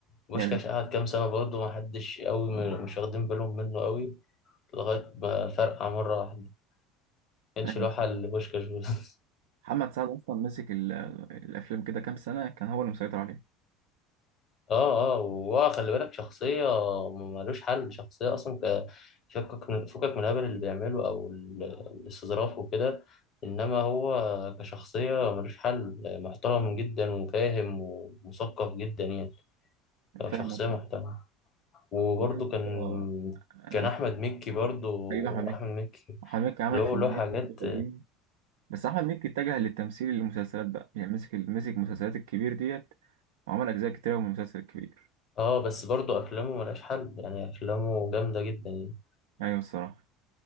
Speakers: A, on the left (about 45°); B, on the right (about 75°).
A: بوشكاش
B: يعني
A: قعد كام سنة برضه محدش قوي م- مش واخدين بالهم منه قوي لغاية ما فرقع مرة واحدة كانش
B: أنا
A: له
B: نسيت.
A: حل لبوشكاش بس <laughs>
B: محمد سعد أصلا مسك ال... الأفلام كده كام سنة كان هو اللي مسيطر عليها
A: اه اه وهو خلي بالك شخصية ملوش حل شخصية أصلا ك- فكك من فكك من الهبل اللي بيعمله أو ال- الاستظراف وكده إنما هو كشخصية ملوش حل محترم جدا وفاهم ومثقف جدا يعني هو
B: فاهم
A: شخصية
B: طبعا
A: محترمة وبرضه
B: والله يا اسطى،
A: كان
B: أنا
A: كان
B: مش-
A: احمد مكي برضه
B: حبيبي أحمد
A: احمد
B: مكي
A: مكي
B: أحمد مكي عمل
A: اللي هو
B: فيلمين
A: له حاجات
B: برضه حلوين بس أحمد مكي اتجه للتمثيل للمسلسلات بقى يعني مسك مسك المسلسلات الكبير ديت وعمل أجزاء كتيرة من المسلسل الكبير
A: اه بس برضه افلامه ملهاش حل يعني افلامه جامده جدا يعني.
B: أيوة الصراحة